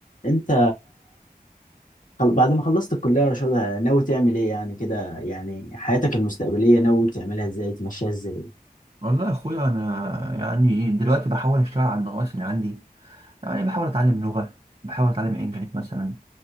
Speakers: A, on the left; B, on the right.
A: انت خل- بعد ما خلصت الكلية يا رشاد ناوي تعمل ايه يعني كده يعني حياتك المستقبلية ناوي تعملها ازاي تمشيها ازاي
B: والله يا اخويا انا يعني دلوقتي بحاول اشتغل على النواقص اللي عندي يعني بحاول اتعلم لغه بحاول اتعلم انجليزي مثلا